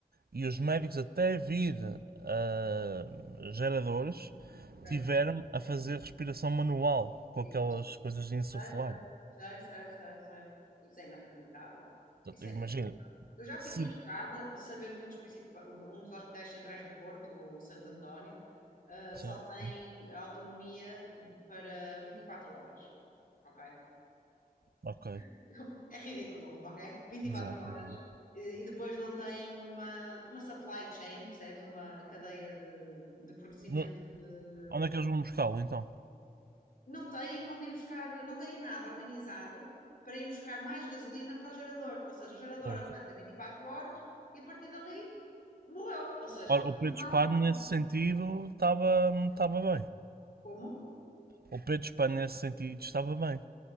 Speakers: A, on the right; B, on the left.
A: e os médicos até vir ah, geradores
B: tiveram
A: tiveram
B: que
A: a fazer respiração manual com
B: Sim,
A: aquelas coisas de insuflar.
B: Sai, sai, sai, sai, sai, sai. Isso é inacreditável.
A: Exato,
B: Isso
A: Imagina,
B: é inacreditável. Eu já
A: se.
B: fiquei chocada de saber que um dos principais, um dos hospitais centrais do Porto, o Santo António, ah,
A: Sim,
B: só tem autonomia para 24 horas. Ok?
A: ok.
B: <laughs> É ridículo, ok? 24
A: Exato.
B: horas
A: ok.
B: e, e depois não tem uma, uma supply chain, percebes? Uma cadeia de, de fornecimento
A: No-
B: de
A: Onde é que eles vão buscá-lo então?
B: não têm onde ir buscar, não têm nada organizado para ir buscar mais gasolina para o gerador. Ou seja, o gerador
A: Bom,
B: aguenta 24 horas e a partir dali morreu. Ou seja,
A: Ora,
B: porque
A: o Pedro
B: não
A: Espanho
B: há uma forma.
A: nesse sentido estava estava bem.
B: Como?
A: O Pedro Espanho nesse sentido estava bem.